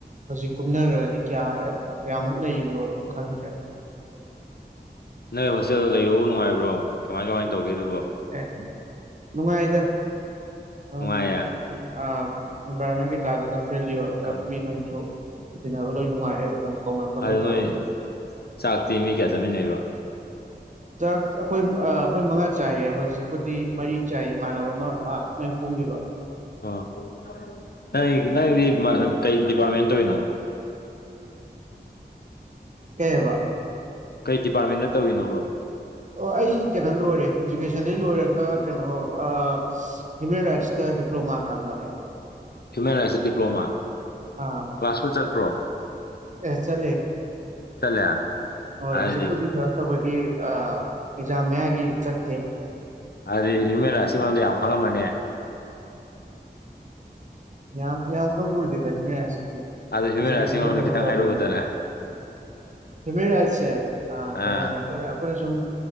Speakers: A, on the right (about 45°); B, on the left (about 65°).
A: ꯍꯧꯖꯤꯛ ꯀꯨꯝꯅꯒꯔ꯭ꯗꯤ ꯀꯌꯥ ꯀꯌꯥꯃꯨꯛ ꯂꯩꯕꯅꯣꯗꯣ ꯈꯪꯗ꯭ꯔꯦ
B: ꯅꯣꯏ ꯍꯣꯁꯇꯦꯜꯗꯣ ꯂꯩꯕꯕꯨ ꯅꯨꯡꯉꯥꯏꯕ꯭ꯔꯣ ꯀꯃꯥꯏ ꯀꯃꯥꯏꯅ ꯇꯧꯒꯦ ꯗꯨꯕꯣ꯫
A: ꯑꯦ ꯅꯨꯡꯉꯥꯏꯗꯥ ꯑꯎꯝ
B: ꯅꯨꯡꯉꯥꯏꯌꯦ
A: ꯑ ꯏꯟꯚꯥꯏꯔꯣꯟꯃꯦꯟ ꯀꯩꯀꯥꯁꯨ ꯗꯨꯝ ꯐꯔ꯭ꯦꯟꯂꯤ ꯑꯣꯏꯔꯒ
B: ꯑꯥ
A: ꯃꯤ ꯅꯨꯡꯁꯨ ꯇꯤꯟꯅꯕ ꯂꯣꯏ ꯅꯨꯡꯉꯥꯏꯌꯦꯕ ꯑꯗꯨꯝ꯫ ꯀꯧꯅ ꯈꯣꯠꯅ
B: ꯑꯗꯨ
A: ꯇꯧꯋꯦꯕ
B: ꯅꯣꯏ ꯆꯥꯛꯇꯤ ꯃꯤ ꯀꯌꯥ ꯆꯥꯃꯤꯟꯅꯩꯕ꯫
A: ꯆꯥꯛ ꯑꯩꯈꯣꯏ ꯑ ꯑꯩꯈꯣꯏ ꯃꯉꯥ ꯆꯥꯏꯌꯦ ꯍꯧꯖꯤꯛ꯫ ꯄꯨꯗꯤ ꯃꯔꯤ ꯆꯥꯏ ꯏꯃꯥꯟꯅꯕ ꯑꯃ ꯃꯥ ꯃꯌꯨꯝ ꯀꯨꯝꯒꯤꯕ꯫
B: ꯑꯣ ꯅꯪ ꯅꯪꯗꯤ ꯃ ꯀꯩ ꯗꯤꯄꯥꯔꯠꯃꯦꯟ ꯇꯧꯏꯅꯣ꯫
A: ꯀꯩꯑꯕ꯫
B: ꯀꯩ ꯗꯤꯄꯥꯔꯠꯃꯦꯟꯗ ꯇꯧꯏꯅꯣꯕ꯫
A: ꯑꯣ ꯑꯩ ꯀꯩꯅꯣ ꯂꯣꯏꯔꯦ ꯏꯖꯨꯀꯦꯁꯟꯗꯩ ꯂꯣꯏꯔꯒ ꯀꯩꯅꯣ ꯑꯥ ꯍꯨꯃꯦꯟ ꯔꯥꯏꯠꯁ ꯇ ꯗꯤꯄꯂ꯭ꯣꯃꯥ ꯇꯝꯅꯔꯦ ꯍꯟꯗꯛ ꯫
B: ꯍ꯭ꯌꯨꯃꯦꯟ ꯔꯥꯏꯠꯁꯇ ꯗꯤꯄ꯭ꯂꯣꯃꯥ
A: ꯑꯥ
B: ꯀ꯭ꯂꯥꯁꯄꯨ ꯆꯠꯄ꯭ꯔꯣ꯫
A: ꯑꯦ ꯆꯠꯂꯦ
B: ꯆꯠꯂꯦ
A: ꯍꯣꯏ
B: ꯑꯗꯨꯗꯤ
A: ꯍꯨꯖꯤꯛꯄꯨꯗꯤꯀ ꯇꯧꯕꯒꯤ ꯑꯥ ꯑꯦꯛꯖꯥꯝ ꯃꯌꯥꯒꯤ ꯆꯠꯀꯦ꯫
B: ꯑꯗꯨꯗꯤ ꯍꯨꯃꯦꯟ ꯔꯥꯏꯠꯁ ꯀꯤ ꯃꯔꯝꯗ ꯌꯥꯝ ꯈꯪꯉꯝꯃꯅꯤ ꯫
A: ꯌꯥꯝ ꯌꯥꯝ ꯈꯪꯕ ꯑꯣꯏꯗꯦꯗ ꯍꯨꯃꯦꯟ ꯔꯥꯏꯠꯁ ꯀꯤꯗꯤ
B: ꯑꯗꯨ ꯍ꯭ꯌꯨꯃꯦꯟ
A: ꯏꯖꯨꯀꯦꯁꯟꯗ
B: ꯔꯥꯏꯠꯁꯀꯤ ꯃꯔꯝꯗ
A: ꯐꯖꯅ
B: ꯈꯤꯇꯪ
A: ꯇꯧꯔꯛꯄꯅꯤꯅ꯫
B: ꯍꯥꯏꯔꯛꯎꯗꯅ
A: ꯍꯨꯃꯦꯟ ꯔꯥꯏꯠꯁꯦ ꯑ
B: ꯑꯥ
A: ꯀꯩꯅꯣꯅꯦ ꯑꯩꯈꯣꯏꯅ ꯫ ꯑꯩꯈꯣꯏꯅ ꯁꯨꯝ